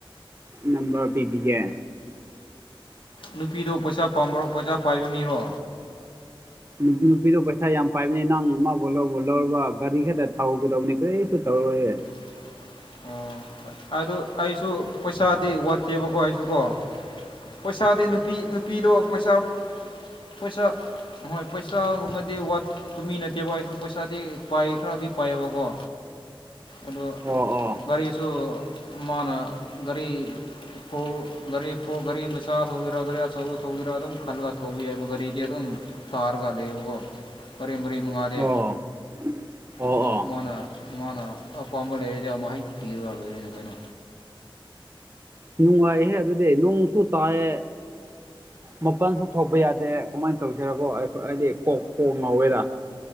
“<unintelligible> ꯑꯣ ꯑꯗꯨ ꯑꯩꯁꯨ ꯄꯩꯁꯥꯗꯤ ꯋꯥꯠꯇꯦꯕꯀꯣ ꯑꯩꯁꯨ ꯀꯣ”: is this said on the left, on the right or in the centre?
Left